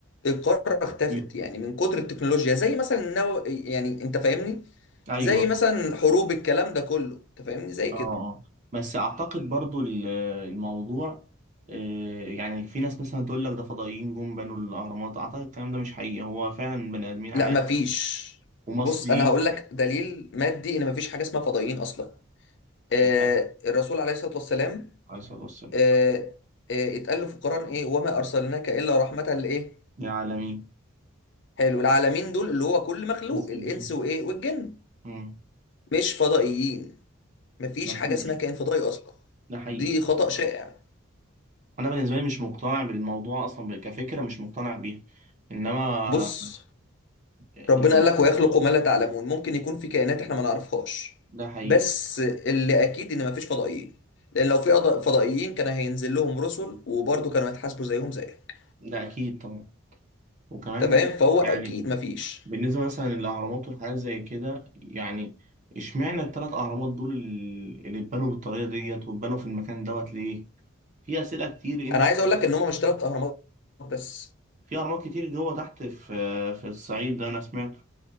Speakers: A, on the left; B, on the right.
A: القاره اختفت
B: مم.
A: يعني من كتر التكنولوجيا زي مثلا النو... يعني انت فاهمني
B: أيوه
A: زي
B: اه
A: مثلا حروب الكلام ده كله انت فاهمني زي
B: اه
A: كده
B: بس أعتقد برضو ال- الموضوع آه، يعني في ناس مثلا تقول لك ده فضائيين جم بنوا الأهرامات أعتقد الكلام ده مش حقيقي هو فعلا بني آدمين عادي
A: لا مفيش
B: ومصريين
A: بص انا هقول لك دليل مادي ان مفيش حاجه اسمها فضائيين اصلا آه
B: لا
A: الرسول عليه الصلاه والسلام
B: عليه الصلاة والسلام
A: آه، آه، اتقال له في القرآن ايه وما ارسلناك الا رحمة لايه
B: يا عالمين
A: حلو العالمين دول اللي هو كل مخلوق
B: مسلمين
A: الانس وايه والجن
B: مم.
A: مش فضائيين مفيش
B: لا
A: حاجة
B: فيش
A: اسمها كائن فضائي اصلا
B: ده حقيقي
A: دي خطأ شائع
B: أنا بالنسبة لي مش مقتنع بالموضوع أصلا كفكرة مش مقتنع بيها إنما
A: بص
B: ال-
A: ربنا قال لك ويخلق ما لا تعلمون ممكن يكون في كائنات احنا ما نعرفهاش
B: ده حقيقي
A: بس اللي اكيد ان مفيش فضائيين لان لو في أض- فضائيين كان هينزل لهم رسل وبرضه كانوا هيتحاسبوا زيهم زيك
B: ده أكيد طبعا وكمان
A: انت فاهم فهو
B: يعني
A: اكيد مفيش
B: بالنسبة مثلا للأهرامات والحاجات زي كده يعني اشمعنى التلات أهرامات دول ال- اللي اتبنوا بالطريقة ديت واتبنوا في المكان دوت ليه؟ في أسئلة كتير أنت
A: انا عايز اقول لك ان هم مش ثلاث اهرامات بس
B: في أهرامات كتير جوه تحت في في الصعيد ده أنا سمعت